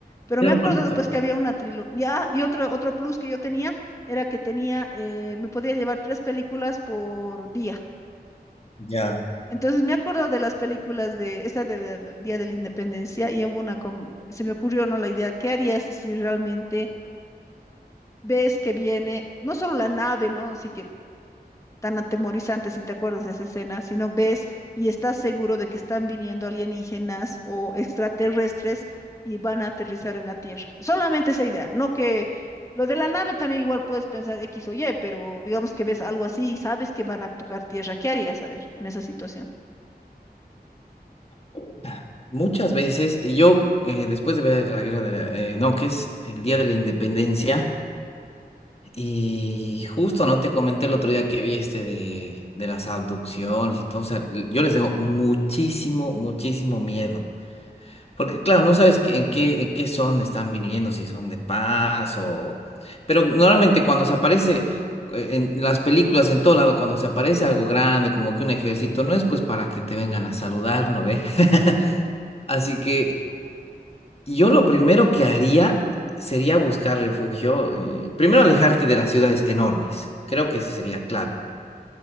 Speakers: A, on the left (about 20°); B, on the left (about 35°).
A: Pero
B: era
A: me he acordado
B: bonito,
A: pues que había una trilogía, ya, y otro, otro plus que yo tenía era que tenía, eh, me podía llevar tres películas por día.
B: ya.
A: Entonces me acuerdo de las películas de esta de la- del Día de la Independencia y hubo una, com- se me ocurrió, ¿no? La idea, ¿qué harías si realmente ves que viene, no solo la nave, ¿no? Así que tan atemorizante, si te acuerdas de esa escena, sino ves y estás seguro de que están viniendo alienígenas o extraterrestres y van a aterrizar en la Tierra. Solamente esa idea, no que lo de la nave también igual puedes pensar X o Y, pero digamos que ves algo así y sabes que van a tocar Tierra. ¿Qué harías, a ver, en esa situación?
B: Puta. Muchas veces, y yo eh, después de ver la guerra de la- eh, no, que es el Día de la Independencia, y justo no te comenté el otro día que vi este de, de las abducciones y todo, o sea, l- yo les tengo muchísimo, muchísimo miedo. Porque claro, no sabes que- en qué, en qué son están viniendo, si son de paz o... Pero normalmente cuando se aparece eh, en las películas, en todo lado, cuando se aparece algo grande, como que un ejército, no es pues para que te vengan a saludar, ¿no ve? <laughs> Así que yo lo primero que haría sería buscar refugio, eh, primero alejarte de las ciudades enormes, creo que esa sería clave.